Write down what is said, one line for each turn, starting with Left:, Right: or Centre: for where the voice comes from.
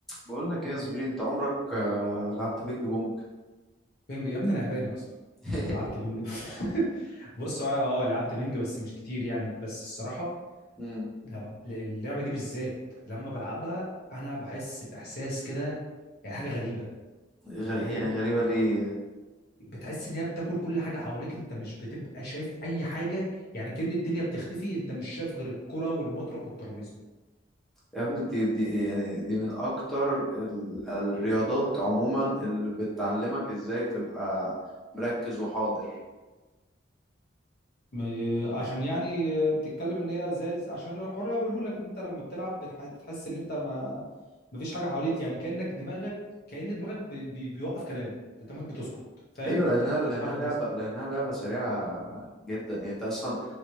Centre: بقول لك ايه يا زميلي انت عمرك آه، لعبت بينج بونج
Left: بنج يا ابني انا ياباني اصلا
Centre: <laughs>
Left: كنت لعبت بنج <laughs> بص هو انا اه لعبت بنج بس مش كتير يعني بس الصراحه
Centre: امم
Left: لما اللعبه دي بالذات لما بلعبها انا بحس باحساس كده يعني حاجه غريبه
Centre: غري...
Left: انت فاهم
Centre: يعني غريبة ليه
Left: بتحس ان هي بتاكل كل حاجه حواليك انت مش بتبقى شايف اي حاجه يعني كأن الدنيا بتختفي انت مش شايف غير الكره والمضرب والترابيزه
Centre: يا ابني دي, دي يعني دي من اكتر ال... الرياضات عموما اللي بتعلمك ازاي تبقى مركز وحاضر
Left: ما- عشان يعني آه، بتتكلم ان هي زي عشان الحر بقوله لك ان انت لما بتلعب بتح- بتحس ان انت ما مفيش حاجه حواليك يعني كانك دماغك كأن دماغك بي بي بيوقف كلام دماغك بتسكت فاهم
Centre: ايوه لانها
Left: وانت بتتحرك
Centre: لانها لعبة
Left: بس
Centre: لانها لعبة سريعة جدا يعني انت اصلا